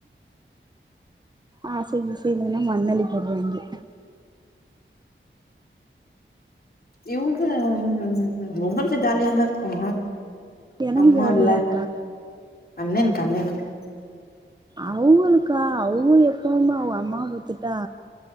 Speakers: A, on the right (about 20°); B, on the left (about 50°).
A: ஆச கீசைலலா மண்ணள்ளி போட்றாங்கெ
B: இவ்ங்க ம் ஒங்களுக்கு ஜாலியாதா இருக்கு
A: எனக்கு
B: அம்மா
A: ஜாலியா
B: இல்ல
A: இருக்கா
B: அண்ண எனக்கு அண்ண இருக்கு
A: அவ்களுக்கா அவ்க எப்பவுமே அவ்க அம்மா பாத்துட்டா